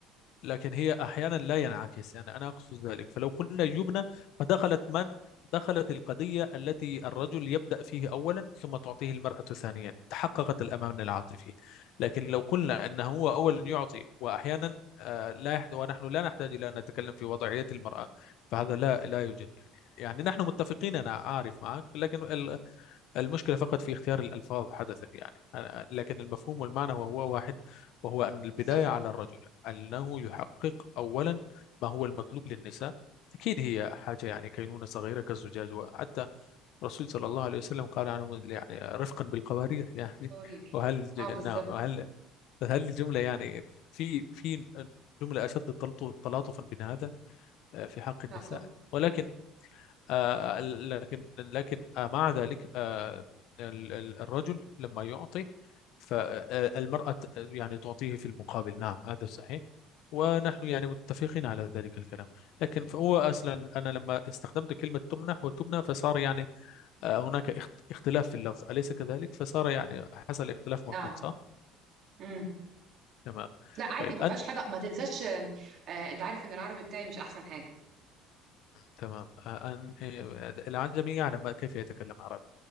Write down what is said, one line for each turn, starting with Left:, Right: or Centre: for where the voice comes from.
Left: لكن هي أحيانا لا ينعكس يعني أنا أقصد ذلك فلو قلنا يبنى فدخلت من دخلت القضية التي الرجل يبدأ فيه أولا ثم تعطيه المرأة ثانيا تحققت الأمان العاطفي لكن لو قلنا أنه هو أولا يعطي وأحيانا آه، لا يحد ونحن لا نحتاج إلى أن نتكلم في وضعية المرأة فهذا لا لا يوجد يعني يعني نحن متفقين أنا عارف معك لكن ال- المشكلة فقط في اختيار الألفاظ حدثت يعني أنا- لكن المفهوم والمعنى وهو واحد وهو أن البداية
Right: بالظبط
Left: على الرجل أنه يحقق أولا ما هو المطلوب للنساء أكيد هي حاجة يعني كينونة صغيرة كالزجاج وحتى الرسول صلى الله عليه وسلم قال عنهم يعني رفقا بالقوارير يعني
Right: قرير
Left: وهل
Right: اه بالظبط
Left: نعم وهل هل الجملة يعني في في جملة أشد تلطف- تلاطفا من هذا في حق النساء
Right: لا طبعا
Left: ولكن آه، لكن لكن آه، مع ذلك آه، ال- ال- الرجل لما يعطي فالمرأة يعني تعطيه في المقابل نعم هذا صحيح ونحن يعني متفقين على ذلك الكلام لكن فهو أصلا أنا لما استخدمت كلمة تمنح وتمنى فصار يعني آه، هناك اخت- اختلاف في اللفظ أليس كذلك فصار يعني حصل اختلاف
Right: نعم
Left: مفهوم صح
Right: امم
Left: تمام
Right: لا عادي
Left: طيب
Right: ما
Left: أنت
Right: فيهاش حاجه ما تنساش آه آه، انت عارف ان العربي بتاعي مش احسن حاجه
Left: تمام آه، أن آه، العجمي يعلم كيف يتكلم عربي